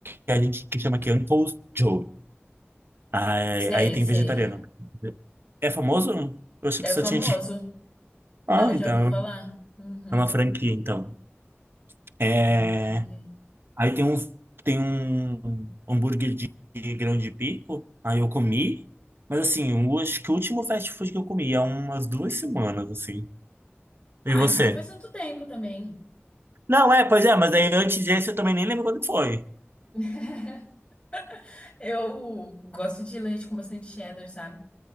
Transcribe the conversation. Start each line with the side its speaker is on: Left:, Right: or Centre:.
Right: que a gente que chama aqui Uncle Joe. Aí,
Left: Sei,
Right: aí tem
Left: sei.
Right: vegetariano. né? É famoso? Eu achei
Left: É
Right: que só
Left: famoso.
Right: tinha aqui. <laughs> Ah,
Left: Não, já
Right: então.
Left: ouvi falar. Uhum.
Right: É uma franquia, então. É...
Left: Uma franquia.
Right: Aí tem um, tem um hambúrguer de de grão de bico. Aí eu comi. Mas assim, eu acho que o último fast food que eu comi há umas duas semanas, assim.
Left: Ah,
Right: E você?
Left: então não faz tanto tempo também.
Right: Não, é, pois é, mas aí antes desse eu também nem lembro quando foi.
Left: <laughs> Eu gosto de leite com bastante cheddar, sabe?